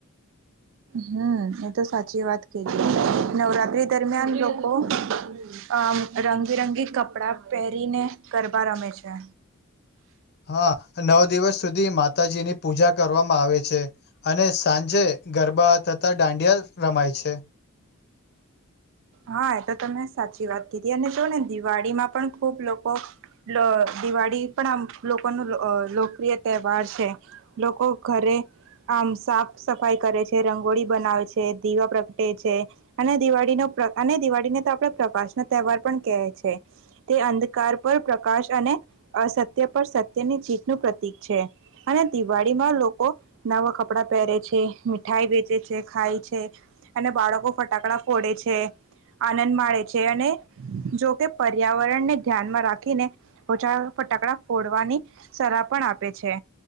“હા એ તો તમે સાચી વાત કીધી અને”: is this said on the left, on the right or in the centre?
Right